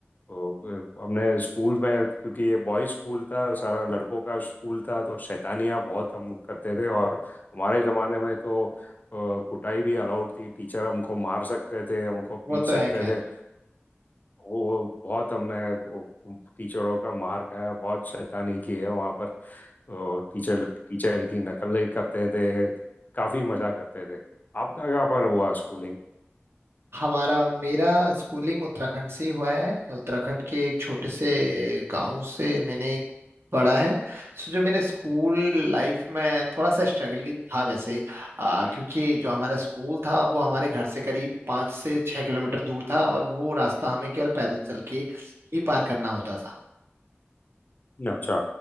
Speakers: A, on the left (about 40°); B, on the right (about 65°).
A: तो अ, हमने स्कूल में क्योंकि ये बॉयज स्कूल था सारा लड़कों का स्कूल था तो शैतानियाँ बहुत हम करते थे और हमारे ज़माने में तो अ, कुटाई भी अलाउड थी टीचर हमको मार सकते थे हमको पीट
B: वो तो
A: सकते
B: है खैर
A: थे वो बहुत हमने वो टीचरों का मार खाया बहुत शैतानी की है वहाँ पर तो टीचर टीचर की नकल करते थे काफ़ी मज़ा करते थे आपका क्या पर हुआ स्कूलिंग
B: हमारा मेरा स्कूलिंग उत्तराखंड से ही हुआ है उत्तराखंड के एक छोटे से गांव से मैंने पढ़ा है सो जो मेरे स्कूल लाइफ में थोड़ा सा स्ट्रगल ही था वैसे आ, क्योंकि जो हमारा स्कूल था वो हमारे घर से करीब पाँच से छः किलोमीटर दूर था और वो रास्ता हमें केवल पैदल चल के ही पार करना होता था
A: अच्छा